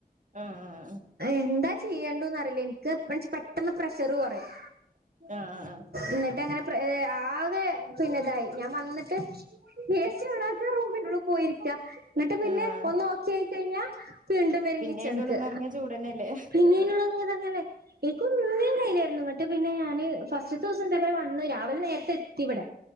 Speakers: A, on the right (about 55°); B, on the right (about 80°).
A: ആഹ് ആഹ് ആഹ്
B: എന്താ ചെയ്യേണ്ടു അറിയില്ല എനിക്ക് പെട്ടെന്ന് പ്രഷറ് കൊറയും
A: ആഹ് ആഹ്
B: എന്നിട്ട് അങ്ങനെ ന്നെ പിന്നെതായി ഞാൻ വന്നിട്ട് എ സി ഓണാക്കാ റൂമിനുള്ളി പോയിരിക്കാ എന്നിട്ട് പിന്നെ
A: ആഹ്
B: ഒന്ന് ഓക്കേ ആയി കഴിഞ്ഞ വീണ്ടും വരും
A: പിന്നെ
B: കിച്ചണിക്ക്
A: അയിന്റെ ഉള്ളിൽ നിറഞ്ഞ ചൂടന്നെല്ലേ
B: പിന്നീള്ള ഇതങ്ങല്ലേ എനിക്കൊന്നി <unintelligible> ഇങ്ങട്ട് പിന്നെ ഞാന് ഫസ്റ്റ് ദിവസം ഇതേപോലെ വന്ന് രാവിലെ നേരത്തെത്തി ഇവടെ